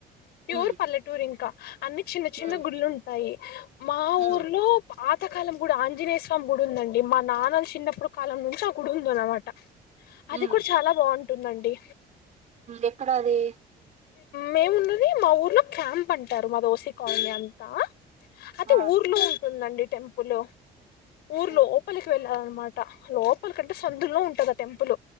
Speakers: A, on the left (about 80°); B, on the right (about 45°).
A: ప్యూర్
B: ఉమ్
A: పల్లెటూర్ ఇంకా అన్ని చిన్న చిన్న
B: ఉమ్
A: గుళ్ళుంటాయి మా
B: ఉమ్
A: ఊర్లో పా కొంతకాలం కూడా ఆంజనేయ స్వామి గుడి ఉందండి మా నాన్నలు చిన్నప్పుడు కాలం నుంచి ఆ గుడి ఉందన్నమాట అది
B: ఉమ్
A: కుడా బావుంటుందండి
B: ఎక్కడ అది
A: మేమున్నది మా ఊర్లో క్యాంప్ అంటారు మాది ఓసీ కాలనీ అంతా అది
B: ఆ
A: ఊర్లో ఉ ఉందండి టెంపులు ఊరు
B: ఉమ్
A: లోపలికి వెల్ల అన్నమాట లోప్ లోపల కంటే సందులో ఉంటదా టెంపుల్